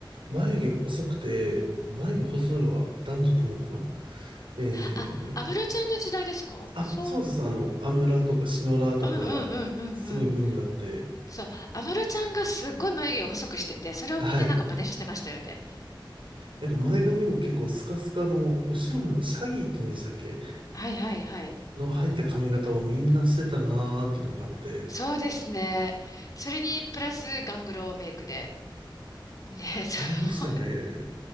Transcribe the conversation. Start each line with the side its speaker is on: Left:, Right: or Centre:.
Right: 眉毛細くて、眉毛細いは男女ともかなえー、
Left: あ、
Right: なんか
Left: あ安室ちゃんの時代ですかそう。
Right: あ、そうです。あの、アムラーとかシノラーとかがすごいブームだって。
Left: うんうんうんうんうん。そう。安室ちゃんがすっごい眉毛を細くしてて、それをみんななんか真似してましたよね。
Right: はい。なんか前髪も結構スカスカの、
Left: うん。
Right: 後ろもなんかシャギーって言うんでしたっけ
Left: はいはいはい。
Right: の入った髪型をみんなしてたなーっていうのがあって、
Left: そうですね。それにプラスガングロメイクで。ね、そう。
Right: ありましたね。
Left: <laughs>